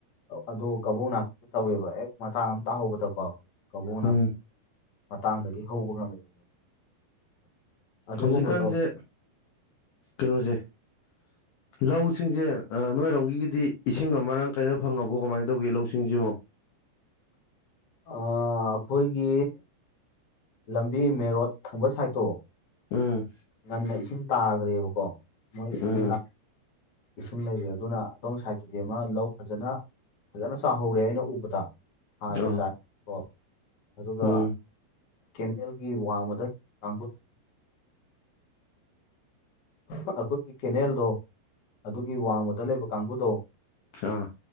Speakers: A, on the left; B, on the left.
A: ꯑꯗꯨ ꯀꯕꯣꯛ ꯅꯥꯄꯤ ꯇꯧꯋꯦꯕ ꯍꯦꯛ ꯃꯇꯥꯡ ꯑꯃꯇ ꯍꯧꯕꯗꯀꯣ ꯀꯕꯣꯛ ꯅꯥꯄꯤ
B: ꯎꯝ
A: ꯃꯇꯥꯡꯗꯒꯤ ꯍꯧꯕ ꯉꯝꯃꯦꯕ ꯃꯣꯏꯁꯦ ꯑꯗꯨꯒꯨꯝꯕꯗꯣ
B: ꯍꯧꯖꯤꯛꯀꯥꯟꯁꯦ ꯀꯩꯅꯣꯁꯦ
A: <inaudible>
B: ꯂꯧꯁꯤꯡꯁꯦ ꯅꯣꯏꯔꯣꯝꯒꯤꯒꯤꯗꯤ ꯏꯁꯤꯡ ꯑꯃ ꯃꯔꯥꯡ ꯀꯥꯏꯅ ꯐꯪꯉꯕꯣ ꯀꯃꯥꯏꯅ ꯇꯧꯒꯦ ꯂꯧꯁꯤꯡꯁꯤꯕꯣ
A: <inaudible> ꯑꯩꯈꯣꯏꯒꯤ ꯂꯝꯕꯤ ꯃꯦꯔꯣꯠ ꯊꯪꯕ ꯁꯥꯏꯠꯇꯣ
B: ꯎꯝ
A: ꯉꯟꯅ ꯏꯁꯤꯡ ꯇꯥꯈ꯭ꯔꯦꯕꯀꯣ ꯃꯣꯏ ꯏꯁꯤꯡ
B: ꯎꯝ
A: ꯏꯁꯤꯡ ꯂꯩꯔꯦ ꯑꯗꯨꯅ ꯑꯗꯣꯝ ꯁꯥꯏꯠꯇꯗꯤ ꯑꯃ ꯂꯧ ꯐꯖꯅ ꯐꯖꯅ ꯆꯥꯍꯧꯔꯦ ꯑꯩꯅ ꯎꯕꯗ ꯍꯥꯔꯒ
B: ꯑꯥ
A: ꯆꯥꯏ ꯀꯣ ꯑꯗꯨꯒ
B: ꯎꯝ
A: ꯀꯦꯅꯦꯜꯒꯤ ꯋꯥꯡꯃꯗ ꯀꯥꯡꯕꯨꯨꯠ ꯑꯩꯈꯣꯏꯒꯤ ꯀꯦꯅꯦꯜꯗꯣ ꯑꯗꯨꯒꯤ ꯋꯥꯡꯃꯗ ꯂꯩꯕ ꯀꯥꯡꯕꯨꯗꯣ
B: ꯑꯥ